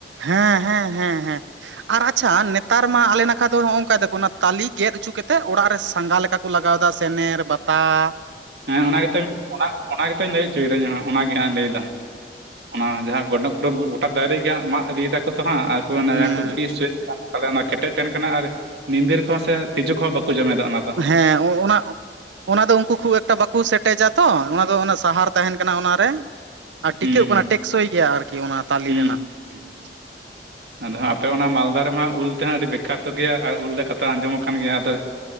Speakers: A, on the right (about 85°); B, on the right (about 65°).
A: ᱦᱮᱸ ᱦᱮᱸ ᱦᱮᱸ ᱦᱮᱸ ᱾ ᱟᱨ ᱟᱪᱪᱷᱟ ᱱᱮᱛᱟᱨ ᱢᱟ ᱟᱞᱮ ᱱᱟᱠᱷᱟ ᱫᱚ ᱱᱚᱜᱼᱚᱭ ᱱᱚᱝᱠᱟ ᱫᱟᱠᱚ ᱚᱱᱟ ᱛᱟᱞᱮ ᱜᱮᱫ ᱚᱪᱩ ᱠᱟᱛᱮ ᱚᱲᱟᱜ ᱨᱮ ᱥᱟᱸᱜᱷᱟ ᱞᱮᱠᱟ ᱠᱚ ᱞᱟᱜᱟᱣᱫᱟ ᱥᱮᱱᱮᱨ ᱵᱟᱛᱟ ᱾
B: ᱦᱮᱸ ᱚᱱᱟ ᱜᱤᱛᱚᱧ ᱚᱱᱟ ᱜᱤᱛᱚᱧ ᱞᱟᱹᱭ ᱦᱚᱪᱚᱭᱮᱫᱟ ᱤᱧᱦᱚᱸ ᱚᱱᱟᱜᱮ ᱦᱟᱸᱜ ᱞᱟᱹᱭᱫᱟ ᱾ ᱚᱱᱟ ᱡᱟᱦᱟᱸ ᱜᱚᱸᱰᱯᱩᱨᱟᱹᱜᱩ ᱜᱚᱴᱟ ᱫᱟᱨᱮ ᱜᱮ ᱦᱟᱸᱜ ᱢᱟᱜ ᱤᱫᱤᱭ ᱫᱟᱠᱚ ᱛᱚ ᱦᱟᱸᱜ ᱟᱨ ᱚᱱᱟ
A: ᱦᱩᱸ
B: ᱡᱟᱦᱟᱸ ᱠᱚ ᱯᱤᱥ ᱦᱚᱪᱚᱭᱮᱫ ᱾ ᱛᱟᱦᱚᱞᱮ ᱚᱱᱟ ᱠᱮᱴᱮᱡ ᱛᱟᱦᱮᱱ ᱠᱟᱱᱟ ᱟᱨ ᱧᱤᱫᱤᱨ ᱠᱚᱦᱚᱸ ᱥᱮ ᱛᱤᱡᱩ ᱠᱚᱦᱚᱸ ᱵᱟᱠᱚ ᱡᱚᱢᱮᱫᱟ ᱚᱱᱟ ᱫᱚ ᱾
A: ᱦᱮᱸ ᱚᱸ ᱚᱱᱟ ᱾ ᱚᱱᱟ ᱫᱚ ᱩᱱᱠᱩ ᱠᱷᱩᱵ ᱮᱠᱴᱟ ᱵᱟᱠᱚ ᱥᱮᱴᱮᱡᱟ ᱛᱚ ᱚᱱᱟ ᱫᱚ ᱚᱱᱟ ᱥᱟᱦᱟᱨ ᱛᱟᱦᱮᱱ ᱠᱟᱱᱟ ᱚᱱᱟᱨᱮ ᱾ ᱟᱨ ᱴᱤᱠᱟᱹᱜ
B: ᱦᱩᱸ
A: ᱠᱟᱱᱟ ᱴᱮᱠᱥᱚᱭ ᱜᱮᱭᱟ ᱟᱨᱠᱤ ᱚᱱᱟ ᱾
B: ᱦᱩᱸ
A: <inaudible>
B: ᱦᱩᱸ ᱾ ᱟᱫᱚ ᱦᱟᱸᱜ ᱟᱯᱮ ᱚᱱᱟ ᱢᱟᱞᱫᱟ ᱨᱮᱢᱟᱜ ᱩᱞ ᱛᱮᱦᱟᱸᱜ ᱟᱹᱰᱤ ᱵᱤᱠᱷᱟᱛᱚ ᱜᱮᱭᱟ ᱟᱨ ᱩᱞ ᱨᱮᱭᱟᱜ ᱠᱟᱛᱷᱟ ᱟᱸᱡᱚᱢᱟ ᱟᱠᱟᱱ ᱜᱮᱭᱟ ᱟᱫᱚ